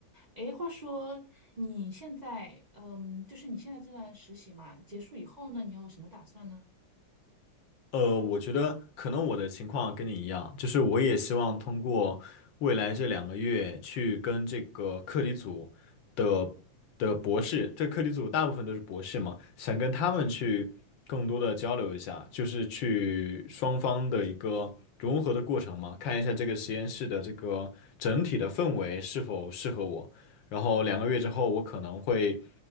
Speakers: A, on the right; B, on the left.
A: 哎，话说你现在，嗯，就是你现在这段实习嘛，结束以后呢，你有什么打算呢？
B: 呃，我觉得可能我的情况跟你一样，就是我也希望通过未来这两个月去跟这个课题组。的的博士，这课题组大部分都是博士嘛，想跟他们去更多的交流一下，就是去双方的一个融合的过程嘛，看一下这个实验室的这个整体的氛围是否适合我。然后两个月之后，我可能会